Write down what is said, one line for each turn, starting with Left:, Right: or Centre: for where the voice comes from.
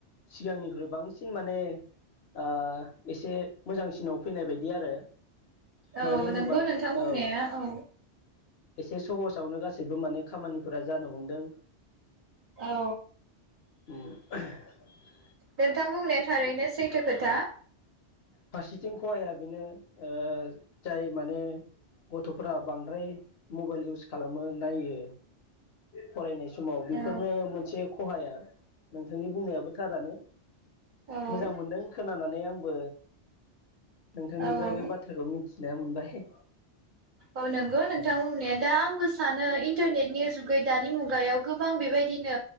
Left: सिगांनिख्रुइ बांसिन माने आ एसे मोजांसिनाव फैनाय बायदि आरो
Right: औ
Left: मानो होनोबा
Right: नंगौ नोंथां बुंनाया
Left: औ
Right: औ।
Left: एसे सहसावनो गासिबो माने खामानिफोरा जानो हमदों।
Right: औ।
Left: उम <inaudible>
Right: नोंथां बुंनाया थारैनो सैथो खोथा
Left: फारसेथिं खहाया बेनो ओ जाय माने गथ'फोरा बांद्राय मबाइल इउस खालामो नायो फरायनाय समाव बेफोरनो
Right: औ
Left: मोनसे खहाया नोंथांनि बुंनायाबो थारानो
Right: औ
Left: मोजां मोनदों खोनाना नै आंबो नोंथांनिफ्राय
Right: औ
Left: बे बाथ्राखौ मिथ खिनाया मोनबाय
Right: औ नांगौ नोंथां बुंनाया दा आंबो सानो इन्टारनेटनि जुगै दानि मुगायाव गोबां बेबायदिनो